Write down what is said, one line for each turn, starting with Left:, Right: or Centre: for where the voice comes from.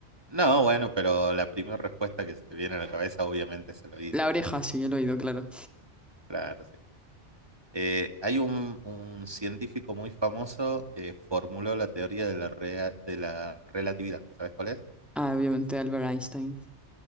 Right: No, bueno, pero la primera respuesta que se te viene a la cabeza obviamente es el oído,
Centre: La oreja,
Right: digamos.
Centre: sí, el oído, claro.
Right: Claro, sí. Eh, hay un, un científico muy famoso que formuló la teoría de la, rea- de la relatividad. ¿Sabes cuál es?
Centre: Ah, obviamente Albert Einstein.